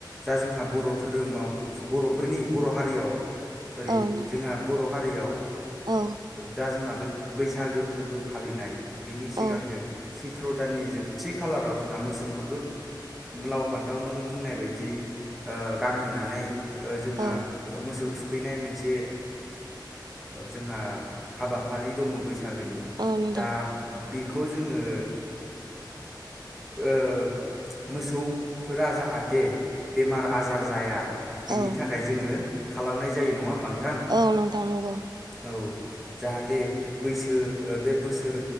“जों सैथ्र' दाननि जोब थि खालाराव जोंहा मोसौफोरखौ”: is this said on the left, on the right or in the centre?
Centre